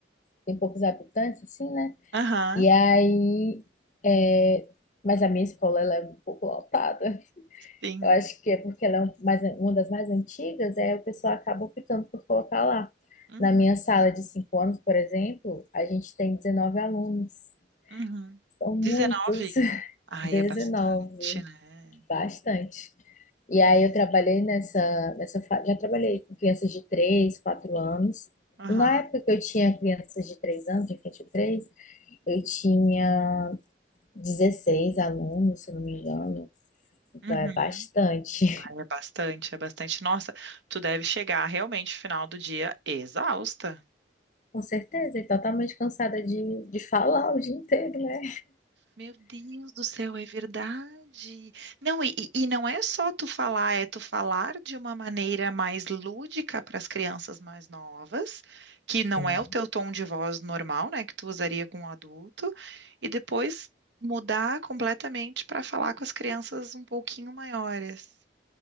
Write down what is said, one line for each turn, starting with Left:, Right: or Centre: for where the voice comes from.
Left: tem poucos habitantes, assim, né?
Right: Uhum. Aham,
Left: E aí, é, mas a minha escola ela é um pouco lotada.
Right: sim.
Left: Eu acho que é porque ela é um- mais, uma das mais antigas, é o pessoal acaba optando por colocar lá.
Right: Uhum,
Left: Na minha sala de cinco anos, por exemplo, a gente tem 19 alunos.
Right: uhum.
Left: São
Right: dezenove
Left: muitos. <laughs>
Right: Ai,
Left: 19,
Right: é bastante, né?
Left: bastante. E
Right: Uf.
Left: aí eu trabalhei nessa, nessa, fa- já trabalhei com crianças de 3, 4 anos.
Right: Aham.
Left: Na época que eu tinha crianças de 3 anos, de infantil 3, eu tinha 16 alunos, se eu não me engano. Então
Right: Uhum.
Left: é bastante.
Right: É bastante, é bastante. Nossa, tu deve chegar realmente no final do dia exausta.
Left: Com certeza, e totalmente cansada de, de falar o dia inteiro, né?
Right: Meu Deus do céu, é verdade. Não, e, e e não é só tu falar, é tu falar de uma maneira mais lúdica para as crianças mais novas, que não
Left: Sim.
Right: é o teu tom de voz normal, né, que tu usaria com um adulto, e depois mudar completamente para falar com as crianças um pouquinho maiores.